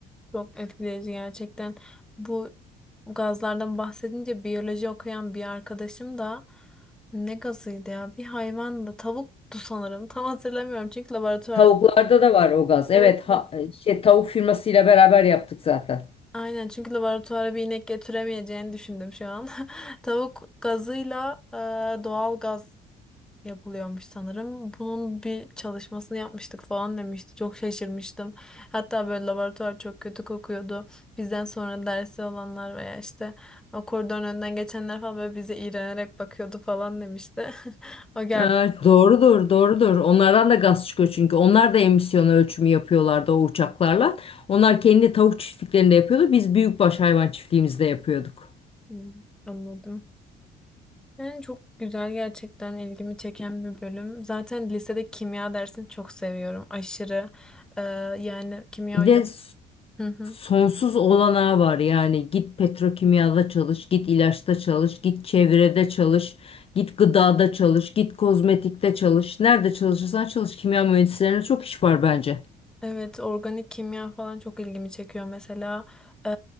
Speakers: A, in the centre; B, on the left.
A: Çok etkileyici gerçekten. Bu gazlardan bahsedince biyoloji okuyan bir arkadaşım da ne gazıydı ya? Bir hayvandı. Tavuktu sanırım. <laughs> Tam hatırlamıyorum çünkü laboratuvarda.
B: Tavuklarda da var o gaz. Evet,
A: evet
B: ha-
A: evet.
B: şey, tavuk firmasıyla beraber yaptık zaten.
A: Aynen çünkü laboratuvara bir inek getiremeyeceğini düşündüm şu an. <laughs> Tavuk gazıyla e, doğal gaz yapılıyormuş sanırım. Bunun bir çalışmasını yapmıştık falan demişti. Çok şaşırmıştım. Hatta böyle laboratuvar çok kötü kokuyordu. Bizden sonra dersi olanlar veya işte o koridorun önünden geçenler falan böyle bize iğrenerek bakıyordu falan demişti. <laughs> O geldi.
B: Evet, doğrudur, doğrudur. Onlardan da gaz çıkıyor çünkü. Onlar da emisyon ölçümü yapıyorlardı o uçaklarla. Onlar kendi tavuk çiftliklerinde yapıyordu. Biz büyükbaş hayvan çiftliğimizde yapıyorduk.
A: Hmm, anladım. Yani çok güzel gerçekten ilgimi çeken bir bölüm. Zaten lisede kimya dersini çok seviyorum. Aşırı. Ee, yani kimya
B: Bir
A: hocam.
B: de s-
A: <laughs>
B: sonsuz olanağı var. Yani git petrokimyada çalış, git ilaçta çalış, git çevrede çalış, git gıdada çalış, git kozmetikte çalış. Nerede çalışırsan çalış. Kimya mühendislerine çok iş var bence.
A: Evet, organik kimya falan çok ilgimi çekiyor. Mesela e,